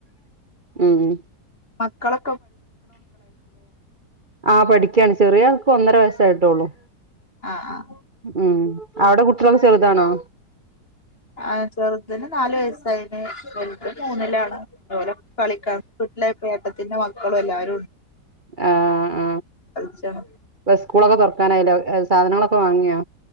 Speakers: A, on the right; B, on the left.
A: ഉം ഉം
B: മക്കള
A: ആ പഠിക്കയാണ് ചെറിയ ആൾക്ക് ഒന്നര വയസ് ആയിട്ടോളൂ
B: ആഹ് ആഹ്
A: ഉം അവിടെ കുട്ടികളെക്കെ ചെറുതാണോ
B: ആ ചെറുതിന് നാലു വയസ്സായിന് വലുത് മൂന്നിലാണ് കളിക്കാം കുട്ട ഏട്ടത്തിന്റെ മക്കളും എല്ലാവരും
A: ആഹ
B: കളിച്ചാണ്
A: ആ സ്കൂളൊക്കെ തുറക്കാനായില്ലേ സാധനങ്ങളൊക്കെ വാങ്ങിയാ